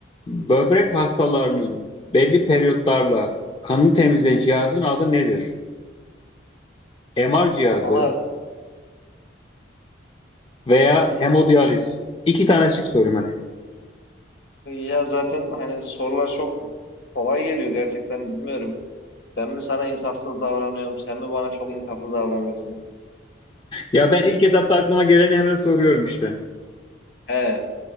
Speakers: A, on the left (about 25°); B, on the left (about 65°).
A: böbrek hastalarının belli periyotlarla kanını temizleyen cihazın adı nedir? MR cihazı
B: Valla
A: veya
B: hı hı.
A: hemodiyaliz. İki tane şık soruyorum hadi.
B: Ya zaten hani sorular çok kolay geliyor gerçekten bilmiyorum. Ben mi sana insafsız davranıyorum, sen mi bana çok insaflı davranıyorsun?
A: Ya ben ilk etapta aklıma geleni hemen soruyorum işte.
B: He,